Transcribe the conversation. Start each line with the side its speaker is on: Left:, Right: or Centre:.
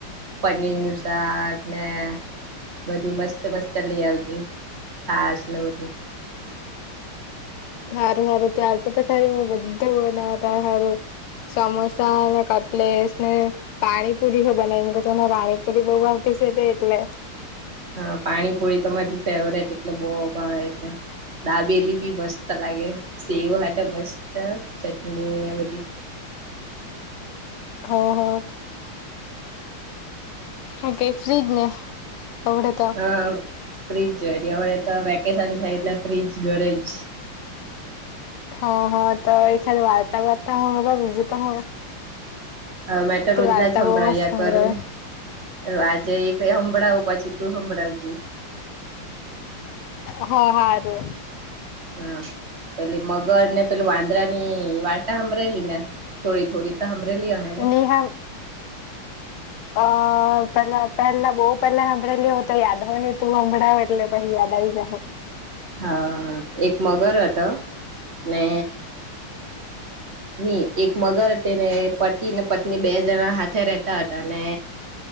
Right: પનીર નું શાક ને બધું મસ્ત મસ્ત લઈ આવજે છાશ ને બધું
Left: હારું હારું તું આવજે તો ખરી મેં બધું બનાવા તારા હારું સમોસા ને કટલેસ ને પાણીપુરી હો બનાઈ મુકા તને પાણીપુરી બો ભાવતીસે તે એટલે <inaudible>
Right: હા પાણીપુરી તો મારી ફેવરેટ એટલે બો ભાવે એટલે દાબેલી બી મસ્ત લાગે. સેવ હાટે મસ્ત ચટણી ને બધી
Left: હા હા. ઓકે ફ્રી જને અવડેતો
Right: હા ફ્રીજ વરી અવળે તો વેકેશન છે એટલે ફ્રીજ ઘરે જ.
Left: હા હા તો એકાદ વાર્તા બાર્તા હમભડાવ બીજું તો હું
Right: હ મેં તો
Left: તું
Right: રોજ
Left: વાર્તા
Right: ના જ હભળાવ્યા
Left: બહુ મસ્ત સંભળાવે
Right: કરું. અ આજે એક હભળાવું પછી તું હભળાવજે.
Left: હા હારુ.
Right: હા. પેલી મગર ને પેલ વાંદરા ની વાર્ટા સાંભળેલી ને થોડી થોડી હાંભડેલી અહે ને
Left: નેહા અ પેલા પહેલા બો પહેલા હાભળેલી હોય તો યાદ હો ની તું હભળાવ એટલે પહિ યાદ આવી જાહે <inaudible>
Right: હા એક મગર હતો ને ની એક મગર તેને પતિ ને પત્ની બે જણા હાથે રેતા હતા ને